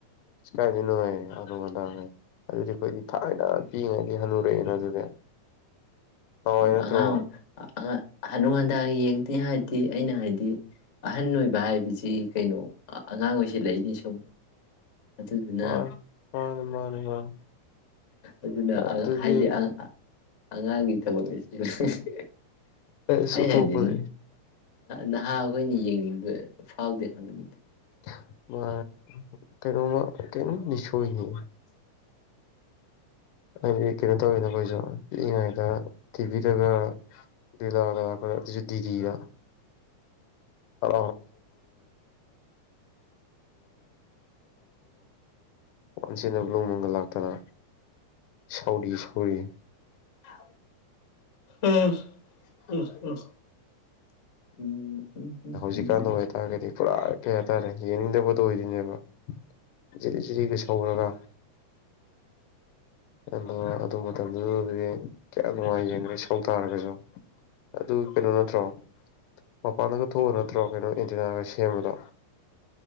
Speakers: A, on the left; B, on the left.
A: ꯀꯥꯏꯗꯅꯣꯏꯍꯦ <unintelligible> ꯑꯗꯨꯗꯤ ꯑꯩꯈꯣꯏꯗꯤ ꯊꯥꯏꯅ ꯄꯤꯉꯩꯗꯤ ꯍꯅꯨꯔꯛꯑꯦꯅ ꯑꯗꯨꯗꯤ ꯅꯍꯥꯟꯋꯥꯏ
B: <unintelligible>
A: ꯅꯠꯇ꯭ꯔꯣ
B: ꯑꯉꯥꯡ ꯍꯥꯅꯨ ꯍꯥꯅꯥ ꯌꯦꯡꯅꯤ ꯍꯥꯏꯗꯤ ꯑꯩꯅ ꯍꯥꯏꯗꯤ ꯑꯍꯟ ꯑꯣꯏꯕ ꯍꯥꯏꯕꯁꯤ ꯀꯩꯅꯣ ꯑꯉꯥꯡ ꯑꯣꯏꯁꯤꯜꯂꯛꯏꯅꯤ ꯁꯨꯝ ꯑꯗꯨꯗꯨꯅ
A: ꯃꯥꯅꯤ ꯃꯥꯅꯤ ꯃꯥꯅꯤ ꯃꯥꯅꯤ
B: ꯑꯗꯨꯅ
A: ꯑꯗꯨꯗꯤ
B: ꯍꯥꯏꯗꯤ <unintelligible> ꯑꯉꯥꯡꯒꯤ <unintelligible>
A: <unintelligible>
B: ꯑꯩ ꯍꯥꯏꯗꯤ
A: ꯊꯣꯛꯄꯁꯦ
B: ꯅꯍꯥ ꯑꯩꯈꯣꯏꯅ ꯌꯦꯡꯅꯤꯡꯕ ꯐꯥꯎꯗꯦ ꯍꯥꯏꯕꯅꯤꯗ
A: <unintelligible> ꯀꯩꯅꯣꯝꯗꯤ ꯁꯣꯏꯅꯦ ꯍꯥꯏꯗꯤ ꯀꯩꯅꯣ ꯇꯧꯏꯅ ꯑꯩꯈꯣꯏꯁꯨ ꯄꯤꯛꯏꯉꯩꯗ ꯇꯤꯚꯤꯗꯒ ꯂꯥꯒ ꯂꯥꯛꯄꯗ ꯑꯗꯨꯁꯨ ꯗꯤꯗꯤꯗ <unintelligible> <unintelligible> ꯋꯥꯟꯁ ꯏꯟ ꯑꯦ ꯕꯂꯨ ꯃꯨꯟ ꯒꯥ ꯂꯥꯛꯇꯅ ꯁꯧꯔꯤ ꯁꯧꯔꯤ
B: <unintelligible>
A: ꯍꯧꯖꯤꯛꯀꯥꯟꯗ
B: ꯎꯝ
A: ꯑꯣꯏꯇꯥꯔꯒꯗꯤ ꯄꯨꯔꯥ ꯀꯩ ꯍꯥꯏꯇꯥꯔꯦ ꯌꯦꯡꯅꯤꯡꯗꯕꯗꯣ ꯑꯣꯏꯗꯣꯏꯅꯦꯕ ꯖꯤꯔꯤ ꯖꯤꯔꯤꯒ ꯁꯧꯔꯒ ꯑꯗꯣ ꯑꯗꯨ ꯃꯇꯝꯗꯨꯗꯗꯤ ꯀꯌꯥꯝ ꯅꯨꯡꯉꯥꯏ ꯌꯦꯡꯈ꯭ꯔꯦ ꯁꯧ ꯇꯥꯔꯒꯁꯨ ꯑꯗꯨ ꯀꯩꯅꯣ ꯅꯠꯇ꯭ꯔꯣ ꯃꯄꯥꯟꯗꯒ ꯊꯣꯛꯑ ꯅꯠꯇ꯭ꯔꯣ ꯀꯩꯅꯣ ꯑꯦꯟꯇꯤꯅꯥꯒ ꯁꯦꯝꯕꯗꯣ